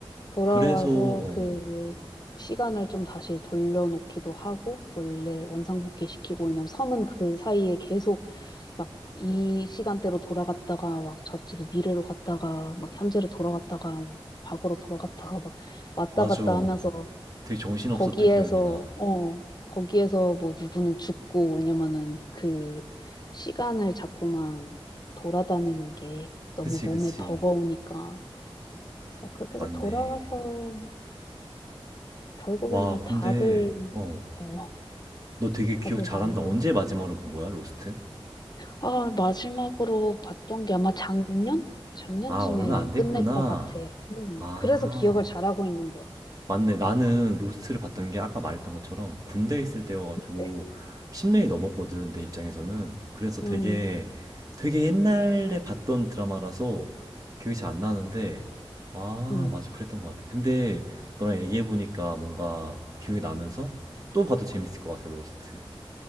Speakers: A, on the left; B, on the right.
A: 돌아와서
B: 그래서, 어,
A: 그 시간을 좀 다시 돌려놓기도 하고 원래 원상복귀 시키고 왜냐면 섬은 그 사이에 계속 막 이 시간대로 돌아갔다가 막 저쪽이 미래로 갔다가 막 현재로 돌아갔다가 막 과거로 돌아갔다가 막 왔다
B: 맞아.
A: 갔다 하면서
B: 되게 정신없었던
A: 거기에서
B: 기억이 나.
A: 어 거기에서 뭐 누구는 죽고 왜냐면은 그 시간을 자꾸만 돌아다니는 게 너무
B: 그치,
A: 몸에
B: 그치.
A: 버거우니까 진짜 그렇게 해서
B: 맞네.
A: 돌아가서 결국에는
B: 와, 근데,
A: 다들
B: 어,
A: 어
B: 너 되게
A: 다들
B: 기억 잘한다.
A: 만나서
B: 언제 마지막으로 본 거야, 로스트?
A: 아, 마지막으로 봤던 게 아마 작년? 작년쯤에
B: 아, 얼마 안 됐구나.
A: 끝낼 것 같아. 음,
B: 아.
A: 그래서 기억을 잘하고 있는 거야.
B: 맞네. 나는 로스트를 봤던 게 아까 말했던 것처럼 군대에 있을 때여가지고
A: 네.
B: 10년이 넘었거든, 내 입장에서는. 그래서
A: 음,
B: 되게, 되게 옛날에 봤던 드라마라서 기억이 잘 안 나는데, 아,
A: 음,
B: 맞아. 그랬던 것 같아. 근데 너랑 얘기해보니까 뭔가 기억이 나면서 또 봐도 재밌을 것 같아, 로스트.